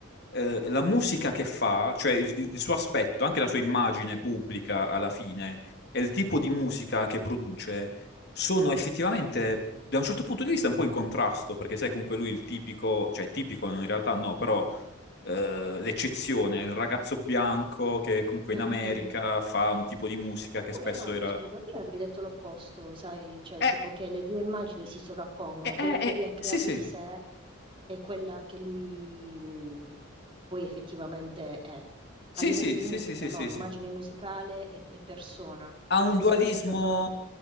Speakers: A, on the left; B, on the right.
A: eh, la musica che fa, cioè il, il suo aspetto, anche la sua immagine pubblica alla fine, e il tipo di musica che produce, sono effettivamente, da un certo punto di vista, un po' in contrasto, perché sai, comunque lui il tipico, cioè tipico in realtà no, però eh, l'eccezione, il ragazzo bianco che comunque
B: Mm,
A: in America
B: mm, mm.
A: fa un tipo di musica
B: Eppure
A: che spesso
B: no, invece
A: era...
B: secondo- io avrei detto l'opposto, sai, cioè
A: Eh,
B: tipo che le due immagini si sovrappongono,
A: eh,
B: quella
A: eh,
B: che
A: eh,
B: lui ha creato
A: sì, sì,
B: di sé. è quella che lui mh, poi effettivamente è.
A: sì,
B: A livello
A: sì,
B: di
A: sì,
B: musica,
A: sì, sì,
B: no,
A: sì.
B: immagine
A: sì.
B: musicale e, e persona.
A: ha un
B: Penso
A: dualismo
B: che sia stato